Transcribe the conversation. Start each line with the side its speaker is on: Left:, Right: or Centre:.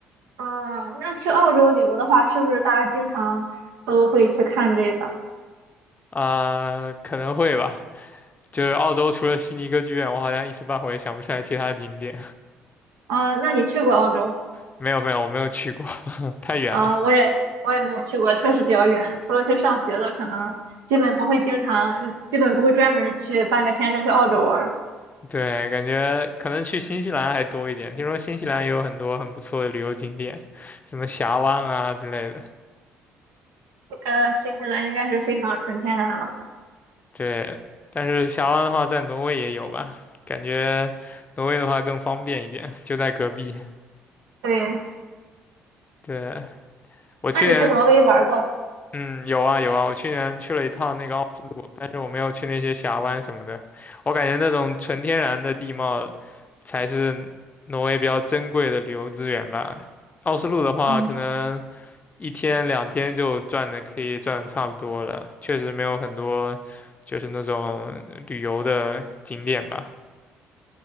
Right: 嗯，那去澳洲旅游的话，是不是大家经常都会去看这个？
Left: 啊、可能会吧。就是澳洲除了悉尼歌剧院，我好像一时半会也想不出来其他景点。
Right: 啊，那你去过澳洲？
Left: <laughs> 没有没有，我没有去过，<laughs> 太远了。
Right: 啊，我也我也没有去过，确实比较远。除了去上学的，可能基本不会经常，呃基本不会专门去办个签证去澳洲玩儿
Left: 对，感觉可能去新西兰还多一点。听说新西兰也有很多很不错的旅游景点，什么峡湾啊之类的。
Right: 呃，新西兰应该是非常纯天然了。
Left: 对，但是峡湾的话，在挪威也有吧？感觉挪威的话更方便一点，就在隔壁。
Right: 对，
Left: 对，我去年，
Right: 那你去挪威玩儿过？
Left: 嗯，有啊有啊，我去年去了一趟那个奥斯陆，但是我没有去那些峡湾什么的。我感觉那种纯天然的地貌才是挪威比较珍贵的旅游资源吧。奥斯陆的话，
Right: 嗯，
Left: 可能一天两天就转的可以转的差不多了，确实没有很多就是那种旅游的景点吧。